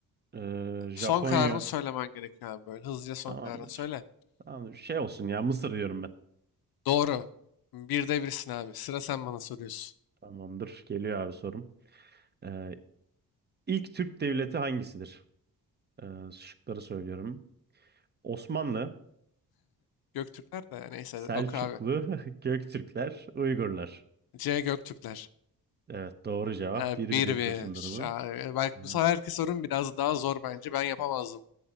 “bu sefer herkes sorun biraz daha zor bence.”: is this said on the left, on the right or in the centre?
Left